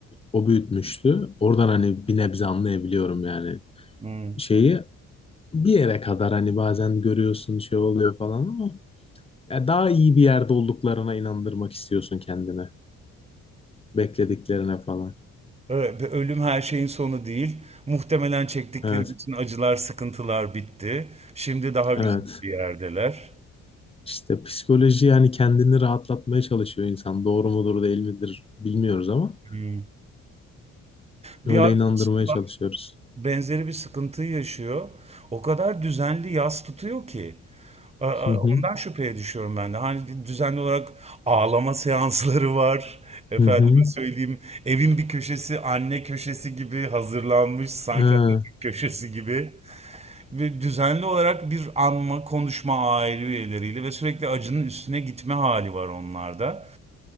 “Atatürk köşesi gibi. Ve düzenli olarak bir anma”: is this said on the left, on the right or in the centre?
Right